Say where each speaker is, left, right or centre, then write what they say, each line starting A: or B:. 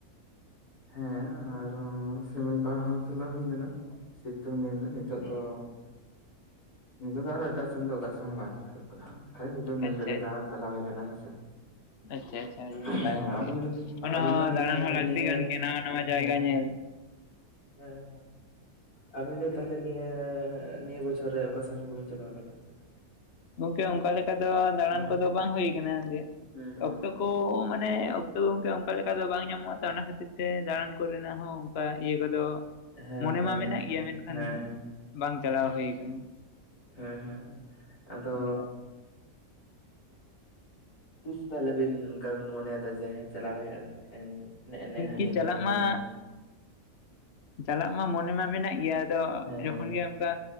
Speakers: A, on the left (about 85°); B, on the left (about 50°).
A: ᱦᱮᱸ ᱟᱨᱚ ᱥᱮᱢᱞᱤᱯᱟᱞ ᱦᱚᱸ ᱪᱟᱞᱟᱣ ᱦᱩᱭ ᱞᱮᱱᱟ ᱾ ᱥᱤᱛᱩᱝ ᱫᱤᱱ ᱨᱮ ᱱᱤᱛᱚᱜ ᱫᱚ ᱱᱤᱛᱚᱜ ᱫᱚ ᱟᱨᱦᱚ ᱮᱴᱟᱜ ᱥᱮᱱ ᱫᱚ ᱚᱠᱟ ᱥᱚᱱ ᱦᱚᱸ ᱵᱟᱝ ᱪᱟᱞᱟᱣ ᱦᱩᱭᱩᱜ ᱠᱟᱱᱟ, <inaudible> ᱱᱤᱛᱚᱝ
B: ᱟᱪᱪᱷᱟ
A: ᱫᱚ ᱡᱟᱦᱟᱸ ᱪᱟᱞᱟᱣ ᱦᱩᱭ ᱞᱮᱱᱟ ᱦᱮᱸᱥᱮ
B: ᱟᱪᱪᱷᱟ ᱪᱷᱟ ᱟᱹᱰᱤ
A: ᱦᱮᱸ
B: ᱱᱟᱯᱟᱭ ᱜᱚᱝᱠᱮ,
A: ᱟᱹᱵᱤᱱ ᱫᱚ
B: ᱚᱱᱟ
A: ᱟᱹᱵᱤᱱ
B: ᱦᱚᱸ
A: ᱫᱚ ᱱᱤᱭᱟᱹ
B: ᱫᱟᱬᱟᱱ ᱦᱚᱸ ᱞᱟᱹᱠᱛᱤ
A: ᱱᱤᱭᱟᱹ
B: ᱠᱟᱱ ᱜᱮᱭᱟ ᱱᱟᱣᱟ ᱱᱟᱣᱟ ᱡᱟᱭᱜᱟ
A: ᱦᱮᱸ ᱦᱮᱸ
B: ᱧᱮᱞ
A: ᱦᱮᱸ᱾ ᱟᱵᱤᱱ ᱫᱚ ᱛᱟᱦᱚᱞᱮ ᱱᱤᱭᱟᱹ ᱱᱤᱭᱟᱹ ᱵᱚᱪᱷᱚᱨ ᱨᱮ ᱚᱠᱟ ᱥᱮᱱ ᱦᱚᱸ ᱵᱟᱵᱤᱱ ᱪᱟᱞᱟᱣ ᱠᱟᱱᱟ ᱥᱮ ᱪᱮᱫ?
B: ᱜᱚᱝᱠᱮ ᱚᱱᱠᱟ ᱞᱮᱠᱟ ᱫᱚ ᱫᱟᱬᱟᱱ
A: ᱦᱮᱸ
B: ᱠᱚᱫᱚ ᱵᱟᱝ ᱦᱩᱭ ᱠᱟᱱᱟ ᱡᱮ
A: ᱦᱮᱸ
B: ᱚᱠᱛᱚ ᱠᱚ ᱢᱟᱱᱮ ᱚᱠᱛᱚ ᱜᱚᱝᱠᱮ ᱚᱱᱠᱟ ᱞᱮᱠᱟ ᱫᱚ ᱵᱟᱝ ᱧᱟᱢᱚᱜᱼᱟ ᱛᱚ ᱚᱱᱟ ᱠᱷᱟᱹᱛᱤᱨ ᱛᱮ ᱫᱟᱬᱟᱱ ᱠᱚᱨᱮᱱᱟᱜ ᱦᱚᱸ ᱚᱱᱠᱟ ᱤᱭᱟᱹ ᱠᱚᱫᱚ
A: ᱦᱮᱸ
B: ᱢᱚᱱᱮ ᱢᱟ ᱢᱮᱱᱟᱜ ᱜᱮᱭᱟ, ᱢᱮᱱᱠᱷᱟᱱ
A: ᱦᱮᱸ ᱦᱮᱸ
B: ᱵᱟᱝ ᱪᱟᱞᱟᱣ ᱦᱩᱭ ᱠᱟᱱᱟ᱾
A: ᱦᱮᱸ ᱦᱮᱸ ᱟᱫᱚ
B: ᱚᱱᱠᱟ
A: ᱛᱤᱥ ᱛᱟᱞᱮᱵᱤᱱ ᱚᱱᱠᱟ ᱵᱤᱱ ᱢᱚᱱᱮᱭᱮᱫᱟ ᱡᱮ ᱦᱮᱸ ᱪᱟᱞᱟᱣ ᱦᱩᱭᱩᱜᱼᱟ, ᱮᱱᱮ ᱱᱮᱜ ᱦᱟᱹᱞᱤ
B: ᱠᱤ ᱪᱟᱞᱟᱜ
A: ᱫᱚ ᱢᱟᱱᱮ
B: ᱢᱟ ᱪᱟᱞᱟᱜ ᱢᱟ ᱢᱚᱱᱮ ᱢᱟ ᱢᱮᱱᱟᱜ ᱜᱮᱭᱟ, ᱟᱫᱚ
A: ᱦᱮᱸ
B: ᱡᱚᱠᱷᱚᱱ ᱜᱮ ᱚᱱᱠᱟ